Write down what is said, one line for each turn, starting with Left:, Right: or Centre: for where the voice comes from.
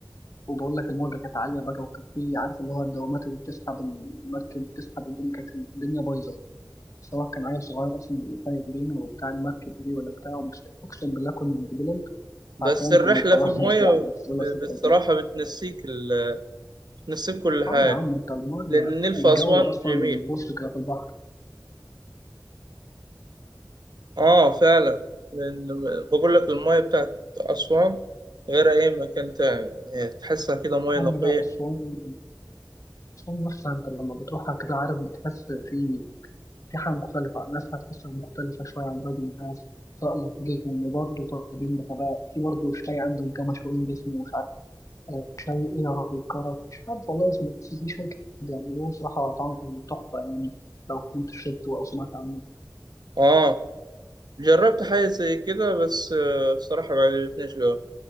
Left: وبقول لك الموجة كانت عالية بقى وكان في عارف اللي هو الدوامات اللي بتسحب المركب بتسحب الدنيا كانت الدنيا بايظة سواء كان عيل صغير أصلا اللي سايق بينا وبتاع المركب دي ولا بتاع ومش أقسم بالله كنا بنتقلب
Right: بس
Left: عارفين
Right: الرحلة
Left: كنا خلاص
Right: في المية
Left: <laughs> يعني بس يلا
Right: ب-
Left: سافر
Right: بصراحة
Left: البلد
Right: بتنسيك ال... بتنسيك كل حاجة
Left: اه يا عم انت المية
Right: لأن النيل في
Left: الجو
Right: أسوان
Left: أصلا
Right: جميل
Left: بيبص كده في البحر
Right: آه فعلا لأن بقول لك المية بتاعت أسوان غير أي مكان تاني يعني تحسها كده مية
Left: أما
Right: نقية
Left: لا أسوان أسوان نفسها انت لما بتروحها كده عارف بتحس في في حاجة مختلفة الناس هتحسها مختلفة شوية عن باقي الناس سواء لهجتهم وبرضه طالبين بغباء في برضه شاي عندهم كان مشهورين باسمه مش عارف آه، شاي ايه يا ربي كرك مش عارف والله اسمه بس في شاي كده بيعملوه بصراحة طعمه تحفة يعني لو كنت شربته أو سمعت عنه
Right: آه جربت حاجة زي كده بس آه، بصراحة ما عجبتنيش جوه